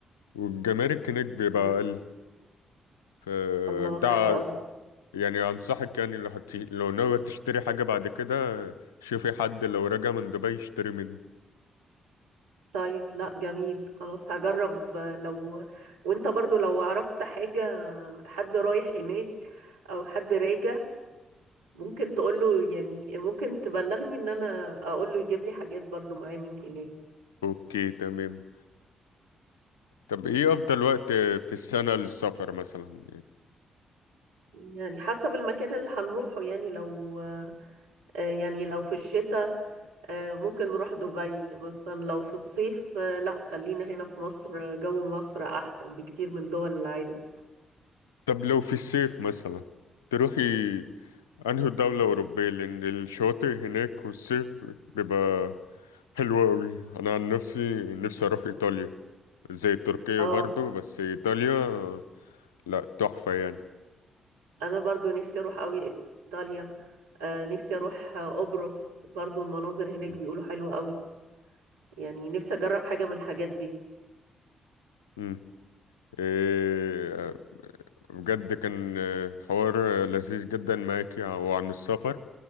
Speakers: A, on the left; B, on the right.
A: والجمارك هناك بيبقى
B: أمم.
A: أقل فده
B: الله حلوة
A: ع-
B: أوي
A: يعني أنصحك يعني لو هت... لو ناوي تشتري حاجة بعد كده شوفي حد لو راجع من دبي يشتري منه
B: طيب لا جميل خلاص هجرب آه، لو وانت برضو لو عرفت حاجة حد رايح هناك أو حد راجع ممكن تقوله يعني ممكن تبلغني ان انا اقوله يجيب لي حاجات برضو معايا من هناك
A: أوكي تمام طب إيه أفضل وقت في السنة للسفر مثلا
B: يعني حسب المكان اللي هنروحه يعني لو آه، يعني لو في الشتاء آه، ممكن نروح دبي مثلا لو في الصيف آه، لا خلينا هنا في مصر آه، جو مصر احسن بكتير من دول العالم
A: طب لو في الصيف مثلا تروحي انهي دولة أوروبية لأن الشواطئ هناك والصيف بيبقى حلو أوي أنا عن نفسي نفسي أروح إيطاليا زي تركيا
B: اه
A: برضو بس إيطاليا لأ تحفة يعني
B: انا برضو نفسي اروح قوي ايطاليا آه، نفسي اروح آه، قبرص برضو المناظر هناك
A: مم.
B: بيقولوا حلوة قوي يعني نفسي اجرب حاجة من الحاجات دي
A: مم. إيه بجد كان آه، حوار آه، لذيذ جدا معاك وعن السفر